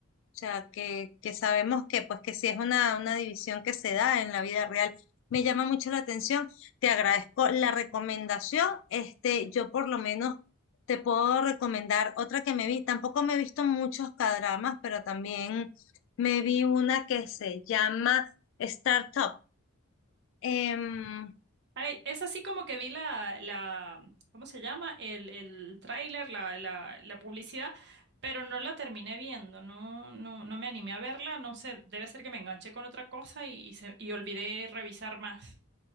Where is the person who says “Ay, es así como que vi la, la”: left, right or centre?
Right